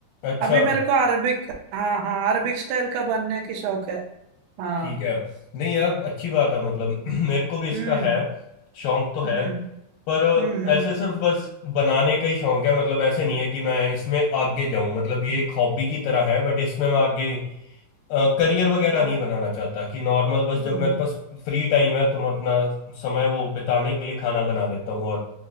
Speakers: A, on the left; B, on the right.
A: अच्छा
B: अभी मेरे को अरबिक हाँ हाँ अरबिक स्टाइल का बनने की शौक है हाँ
A: ठीक है नहीं यार अच्छी बात है मतलब <clears throat> मेरे को भी इसका
B: हम्म
A: है शौक तो है
B: हम्म
A: पर
B: हम्म हम्म
A: ऐसे सिर्फ बस बनाने का ही शौक है मतलब ऐसे नहीं है कि मैं इसमें आगे जाऊं मतलब ये एक हॉबी की तरह है बट इसमें मैं आगे करियर वगैरह
B: हाँ,
A: नहीं बनाना चाहता कि नॉर्मल बस
B: हम्म,
A: जब मेरे
B: हम्म,
A: पास फ्री टाइम है तो मैं अपना समय वो बिताने के लिए खाना बना लेता हूँ और